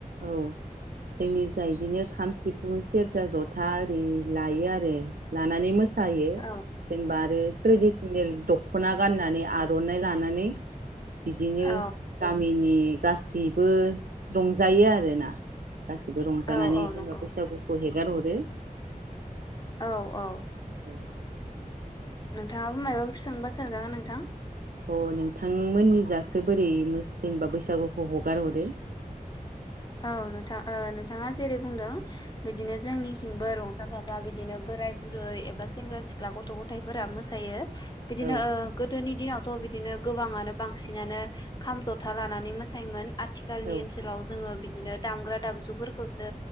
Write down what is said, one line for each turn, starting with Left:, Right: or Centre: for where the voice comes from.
Right: औ जोंनि जाय बिदिनो खाम सिफुं सेर जथा ओरि लायो आरो लानानै मोसा सायो
Left: औ
Right: जेनेबा आरो ट्रेडिसनेल दख दख'ना गाननानै आर'नाइ लानानै बिदिनो
Left: औ
Right: गामिनि गासिबो रंजा जायो आरोना गासिबो रंजानानै
Left: औ औ
Right: जेनेबा
Left: नंगौ
Right: बैसागुखौ हेग हेगारहरो
Left: औ औ
Right: औ
Left: नोंथाङाबो मायबाफोर सोंबा सोजागोन नोंथां
Right: अ नोंथांमोननि जासो बोरै जेनेबा बैसागुखौ हगार हरो
Left: औ नोंथां ओ नोंथाङा जेरै बुंदों बिदिनो जोंनिथिंबो रंजा रंजा बाजा बिदिनो बोराय बुरै एबा सेंग्रा सिख्ला गथ' गथाइफोराबो मोसायो बिदिनो
Right: अ औ
Left: ओ गोदोनि दिनावथ' बिदिनो गोबाङानो बांसिनानो खाम, जथा लानानै मोसायोमोन। आथिखालनि
Right: औ
Left: ओनसोलाव जोङो बि दिनो दामग्रा दाबजुफोरखौसो